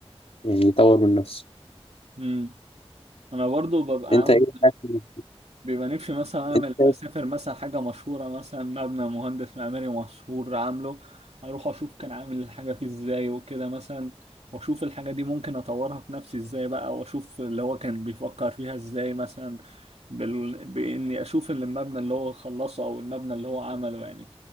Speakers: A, on the left; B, on the right.
A: يعني يطور من نفسه
B: امم أنا برضو ببقى
A: أنت
B: عاوز
A: إيه حاسس
B: بيبقى نفسي مثلا اعمل
A: أنت شايف
B: اسافر مثلا حاجه مشهوره مثلا مبنى مهندس معماري مشهور عامله اروح اشوف كان عامل الحاجه فيه ازاي وكده مثلا واشوف الحاجه دي ممكن اطورها في نفسي ازاي بقى واشوف اللي هو كان بيفكر فيها ازاي مثلا بال... باني اشوف اللي المبنى اللي هو خلصه او المبنى اللي هو عمله يعني